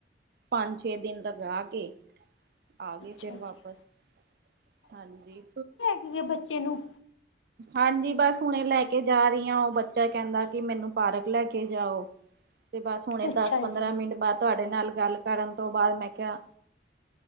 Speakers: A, on the right; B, on the left.
A: ਪੰਜ ਛੇ ਦਿਨ ਲਗਾ ਕੇ ਆ ਗਏ
B: ਅੱਛਾ
A: ਫਿਰ ਵਾਪਸ
B: ਜੀ
A: ਹਾਂਜੀ।
B: ਸੀਗੇ ਬੱਚੇ ਨੂੰ
A: ਹਾਂਜੀ ਬਸ ਹੁਣੇ ਲੈ ਕੇ ਜਾ ਰਹੀ ਹਾਂ, ਉਹ ਬੱਚਾ ਕਹਿੰਦਾ ਕਿ ਮੈਨੂੰ ਪਾਰਕ ਲੈ ਕੇ ਜਾਓ। ਤੇ ਬਸ ਹੁਣੇ
B: ਅੱਛਾ
A: ਦਸ ਪੰਦਰਾਂ
B: ਜੀ
A: ਮਿੰਟ ਬਾਅਦ ਤੁਹਾਡੇ ਨਾਲ ਗੱਲ ਕਰਨ ਤੋਂ ਬਾਅਦ ਮੈਂ ਕਿਹਾ